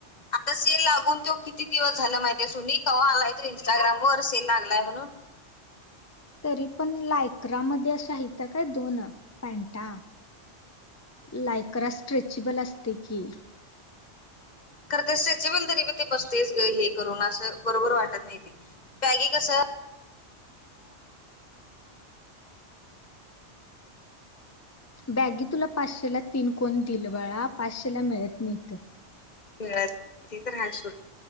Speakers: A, on the left; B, on the left.
A: आता सेल लागून तो किती दिवस झाला माहितीे सुनी कावा आलाय तो इंस्टाग्राम वर सेल लागलाय म्हणून
B: तरी पण लायकरामध्ये अश्या हायता काय दोन पॅनटा लायकरा स्ट्रेचेबल असत की
A: खर ते स्ट्रेचिबल तरी बी ते बसतयच ग हे करून असं बरोबर वाटत नाय ती बॅगे. कस
B: बॅगी तुला पाचशे ला तीन कोण दिल. बाळा पाचशे ला मिळत नाहीत.
A: तर ह शो